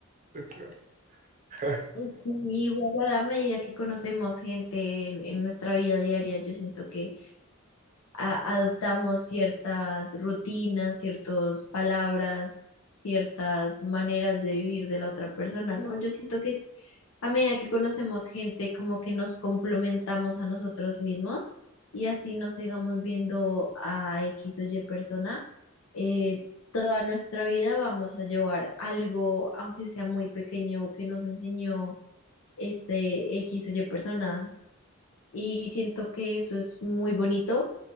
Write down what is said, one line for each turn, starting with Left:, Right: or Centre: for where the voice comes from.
Right: Yo creo. <laughs>
Left: Sí, igual a la medida que conocemos gente en, en nuestra vida diaria, yo siento que a- adoptamos ciertas rutinas, ciertas palabras, ciertas maneras de vivir de la otra persona, ¿no? Yo siento que a medida que conocemos gente, como que nos complementamos a nosotros mismos y así nos sigamos viendo a X o Y persona, eh, toda nuestra vida vamos a llevar algo, aunque sea muy pequeño, que nos enseñó ese X o Y persona. Y siento que eso es muy bonito,